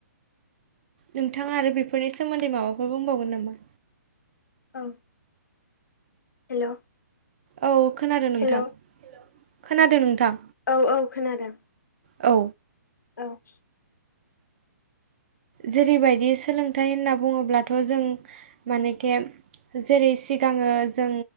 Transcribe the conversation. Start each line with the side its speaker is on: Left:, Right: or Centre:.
Right: नोंथाङा आरो बेफोरनि सोमोन्दै माबाफोर बुंबावगोन नामा?
Left: औ हेल'
Right: औ खोनादों नोंथां
Left: हेल'
Right: खोनादों नोंथां
Left: औ औ खोनादों
Right: औ
Left: औ
Right: जेरैबायदि सोलोंथाइ होनना बुङोब्लाथ' जों मानेके जेरै सिगाङो जों